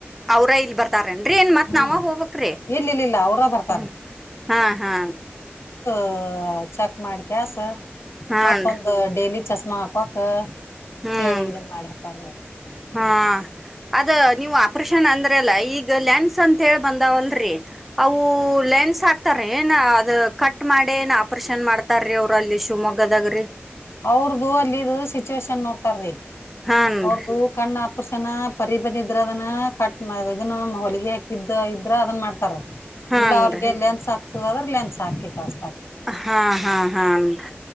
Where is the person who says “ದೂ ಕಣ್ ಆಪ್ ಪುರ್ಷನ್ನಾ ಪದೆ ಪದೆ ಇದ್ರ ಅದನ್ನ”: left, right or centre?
Left